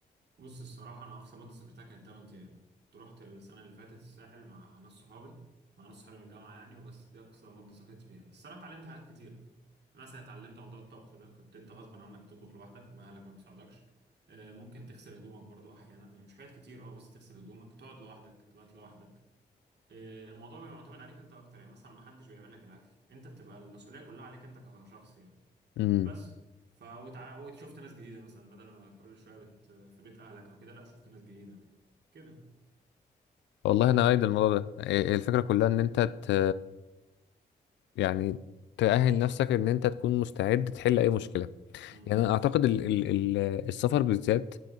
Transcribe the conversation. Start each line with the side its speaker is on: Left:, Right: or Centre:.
Right: بص الصراحة أنا أقصى مدة سافرتها كانت 8 أيام كنت رحت السنة اللي فاتت الساحل مع ناس صحابي مع ناس صحابي من الجامعة يعني وبس دي أقصى مدة سافرت فيها بس الصراحة اتعلمت حاجات كتيرة مثلا اتعلمت موضوع الطبخ ده كنت أنت غصب عنك بتطبخ لوحدك ما أهلك ما بيساعدوكش آه، ممكن تغسل هدومك برضو أحيانا يعني مش حاجات كتير أه بس تغسل هدومك تقعد لوحدك تبات لوحدك آه، الموضوع بيبقى معتمد عليك أنت أكتر يعني مثلا ما حدش بيعمل لك الأكل أنت بتبقى المسؤولية كلها عليك أنت كشخص يعني
Left: امم
Right: بس ف وتع- وشفت ناس جديده مثلا بدل ما كل شويه بت في بيت اهلك او كده لا شفت ناس جديده كده
Left: والله انا ايد الموضوع ده إيه- إيه الفكرة كلها ان انت ت... يعني تأهل نفسك ان انت تكون مستعد تحل اي مشكلة
Right: امم
Left: يعني انا اعتقد ال ال ال السفر بالذات